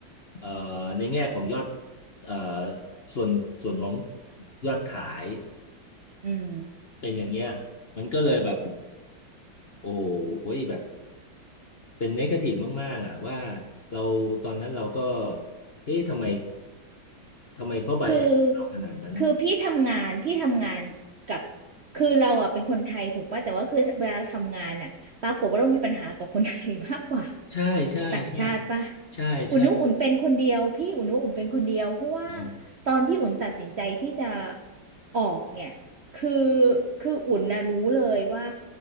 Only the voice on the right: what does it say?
อืม
คือ คือพี่ทำงานพี่ทำงานกับ คือเราอ่ะเป็นคนไทยถูกป่ะแต่ว่าคือเวลาเราทำงานอ่ะปรากฏว่าเรามีปัญหากับคนไทยมากกว่า
ต่างชาติป่ะ
อุ่นนุอุ่นเป็นคนเดียวพี่อุ่นนุอุ่นเป็นคนเดียวเพราะว่า
ตอนที่อุ่นตัดสินใจที่จะออกเนี่ย คือคืออุ่นนะรู้เลยว่า